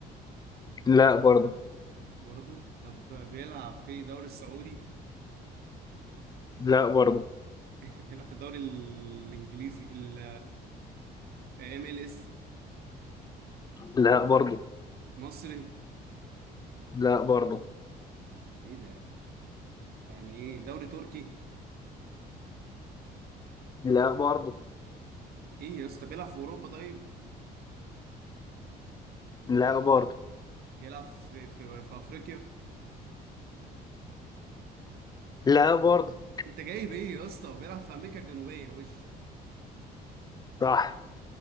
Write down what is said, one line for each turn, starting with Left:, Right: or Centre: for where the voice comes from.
Left: لا برضه
Right: برضو طب بيلعب في الدوري السعودي
Left: لا برضه
Right: <laughs> بيلعب في الدوري الانجليزي ال ام ال اس
Left: لا برضه
Right: مصري
Left: لا برضه
Right: ايه ده يعني ايه دوري تركي
Left: لا برضه
Right: ايه يا اسطى بيلعب في اوروبا طيب
Left: لا برضه
Right: بيلعب في في في افريقيا
Left: لا برضه
Right: انت جايب ايه يا اسطى بيلعب في امريكا الجنوبيه وش
Left: صح